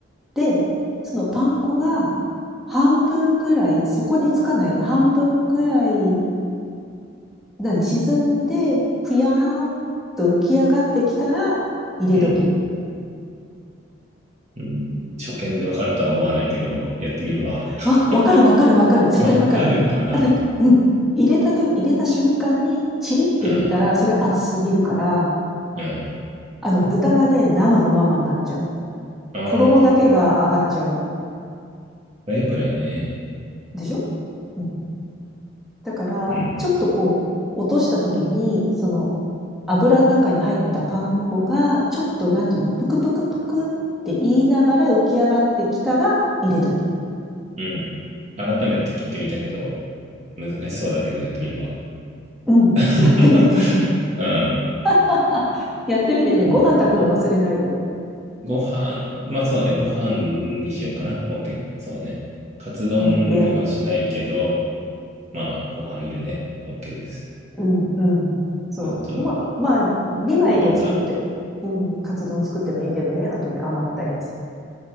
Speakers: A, in the centre; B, on the right (about 35°).
A: で、そのパン粉が半分ぐらい、そこにつかない半分ぐらい、何、沈んで、ぷやーんと浮き上がってきたら、入れ時。
B: うん。うん。初見でわかるとは思わないけど、やってみるわ。<laughs>
A: わ、わかるわかるわかる。絶対わかる。
B: わかるかな。
A: あ、なんか、うん。入れたと、入れた瞬間に、チリって言ったら、
B: うん。
A: それ熱すぎるから、
B: うん。
A: あの、豚がね、生のままになっちゃう。
B: あ
A: 衣だけが上がっちゃう。
B: あ、これは良くないね。
A: でしょうん。だから、
B: うん。
A: ちょっとこう、落とした時に、その、油の中に入ったパン粉が、ちょっと、なんていうの、ぷくぷくぷくって言いながら浮き上がってきたら、入れ時。
B: うん。改めて聞いてみたけど、難しそうだけどやってみるわ。
A: うん。
B: <laughs>
A: やってみて。
B: うん、
A: <laughs> やってみてね。
B: うん。
A: ご飯炊くの忘れないで。
B: あご飯、まあそうだね、ご飯にしようかな。OK、そうだね。カツ丼にはしないけど、
A: うん。いやー
B: まあご飯いるね。OK です。
A: うん、うん。そう。
B: ちょっと、
A: ま、まあ、2枚で作って、
B: わかった。
A: うん、カツ丼作ってもいいけどね。後で余ったやつ。